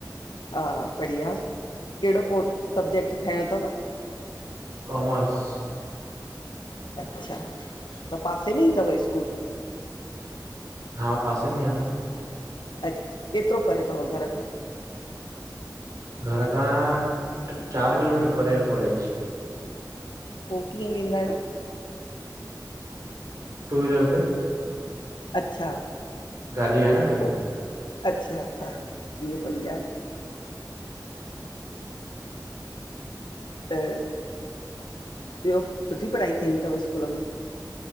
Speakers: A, on the left; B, on the right.
A: हा बढ़िया कहिड़ो को सब्जेैक्ट खयो अथव?
B: कॉमर्स
A: अच्छा त पासे में ई अथव स्कूल?
B: हा पासे में ई आहे न।
A: अछ्छ केतिरो परे तव घर खां।
B: घर खां ट्र चार किलोमीटर परे आहे कॉलेज।
A: पोइ कीअं वेंदा आहियो?
B: टू वीलर ते
A: अच्छा
B: गाॾी आहे न पंहिंजी,
A: ओ अच्छा अच्छा इहो बढ़िया आहे। त ॿियो सुठी पढ़ाई थींदी तव स्कूल में?